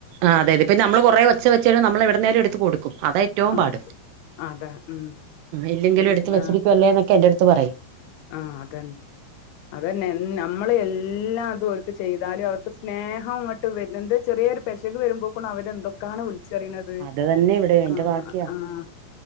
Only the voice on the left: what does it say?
ആഹ്
അതാ ഉം
എന്ന്
ആഹ അതന്നെ അതന്നെ നമ്മൾ എല്ലാം അതും ഓർക്ക് ചെയ്താലും അവർക്ക് സ്നേഹം ങ്ങട്ട് <unintelligible> ചെറിയ ഒരു പെശക വരുമ്പോ ക്കും അവരെന്തൊക്കാണ് വിളിച്ചറിണത്
ആ
ആഹ്